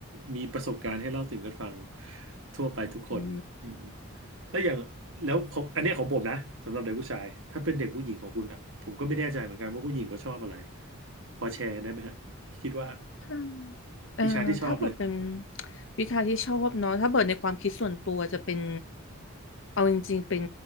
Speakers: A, on the right; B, on the left.
A: มีประสบการณ์ให้เล่าถึงกันฟังทั่วไปทุกคนอืม
B: อื
A: ถ้าอย่างแล้วของอันเนี้ยของผมนะสำหรับเด็กผู้ชายถ้าเป็นเด็กผู้หญิงของคุณอ่ะผมก็ไม่แน่ใจเหมือนกันว่าผู้หญิงก็ชอบอะไรพอแชร์ได้ไหมฮะคิดว่า
B: ม เอ่อถ้าเปิดเป็น
A: วิชาที่ชอบเลย
B: <tsk> วิชาที่ชอบเนาะถ้าเปิดในความคิดส่วนตัวจะเป็นเอาจริงๆเป็น